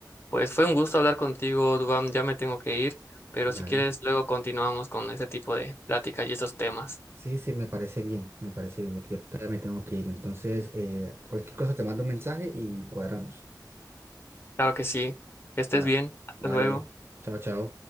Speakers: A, on the left; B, on the right.
A: Pues fue un gusto hablar contigo, Dubán. Ya me tengo que ir, pero
B: ¿vale?
A: si quieres, luego continuamos con este tipo de pláticas y esos temas.
B: Sí, sí, me parece bien, me parece bien. Yo que ya me tengo que ir. Entonces, eh, cualquier cosa te mando un mensaje y cuadramos.
A: Claro que sí. Que estés
B: Va,
A: bien. Hasta
B: vale,
A: luego.
B: chao, chao.